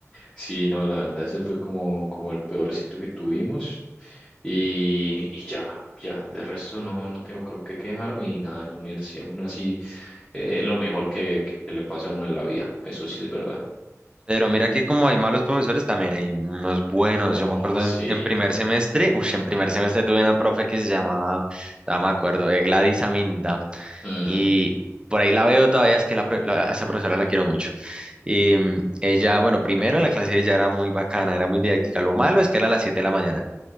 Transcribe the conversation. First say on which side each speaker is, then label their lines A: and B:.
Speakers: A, on the left; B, on the right.
A: sí, no, la verdad ese fue como, como el peorcito que tuvimos. Y, y ya, ya, de resto no, no tengo con qué quejarme y nada, en la universidad aún así eh, es lo mejor que, que que le pasa a uno en la vida, eso sí es verdad.
B: Pero mira que como hay malos profesores, también hay unos buenos.
A: Oh,
B: Yo me acuerdo
A: sí.
B: en, en primer semestre, uff, en primer semestre tuve una profe que se llamaba, ya me acuerdo, de Gladys Aminta.
A: Mm,
B: Y por ahí la veo todavía, es que la, pro- la- a esa profesora la quiero mucho. Y mm, ella, bueno, primero la clase ya era muy bacana, era muy didáctica. Lo malo es que era a las 7 de la mañana,